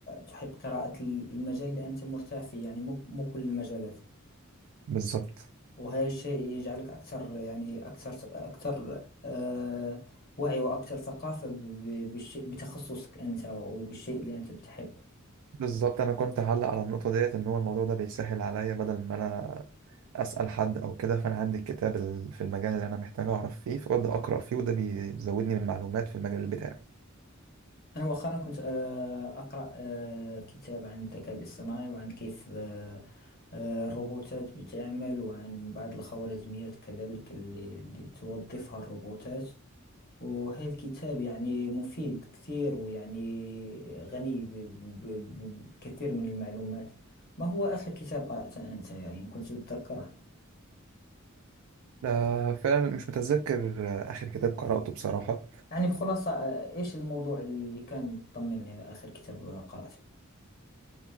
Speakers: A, on the left; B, on the right.
A: تحب قراءة المجال اللي أنت مرتاح فيه يعني مو مو كل المجالات
B: بالظبط
A: وهذا الشيء يجعلك أكثر يعني أكثر أكثر آه، وعي وأكثر ثقافة ب- ب- بالشيء بتخصصك أنت وبالشيء اللي أنت بتحبه
B: بالظبط انا كنت هعلق على النقطه ديت ان هو الموضوع ده بيسهل عليا بدل ما انا اسال حد او كده فانا عندي الكتاب ال- في المجال اللي انا محتاج اعرف فيه فببدا اقرا فيه وده بيزودني من معلومات في المجال بتاعي
A: أنا مؤخرا كنت آه، أقرأ آه، كتاب عن الذكاء الاصطناعي وعن كيف آه، آه، الروبوتات بتعمل وعن بعض الخوارزميات كذلك اللي اللي توظفها الروبوتات وهي الكتاب يعني مفيد كثير ويعني غني ب- ب- ب- بكثير من المعلومات ما هو آخر كتاب قرأته أنت يعني إن كنت تتذكره
B: آه، فعلا مش متذكر آه، اخر كتاب قراته بصراحه
A: يعني بخلاصة آه، إيش الموضوع اللي كان مطمن آخر كتاب قرأته